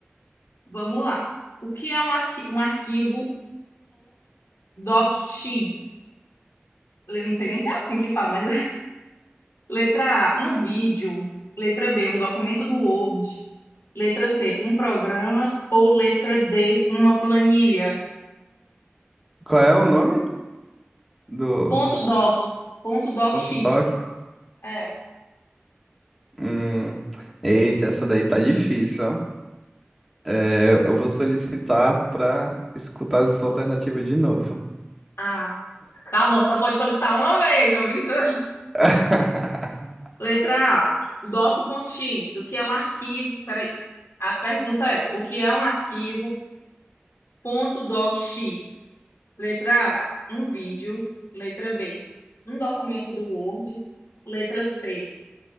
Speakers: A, on the left (about 75°); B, in the centre.
A: Vamos lá. O que é um, arqui um arquivo .docx? Eu não sei nem se é assim que fala, mas <laughs> é. Letra A, um vídeo. Letra B, um documento do Word. Letra C, um programa. Ou letra D, uma planilha.
B: Qual é o nome do
A: Ponto .doc. Ponto .docx.
B: ponto doc?
A: É.
B: Hum, eita, essa daí tá difícil, ó. É, eu vou solicitar para escutar essa alternativa de novo.
A: Ah, tá bom. Só pode solicitar uma vez. Tô brincando.
B: <laughs>
A: Letra A, doc.x. O que é um arquivo... Peraí. A pergunta é, o que é um arquivo .docx. Letra A, um vídeo. Letra B, um documento do Word. Letra C,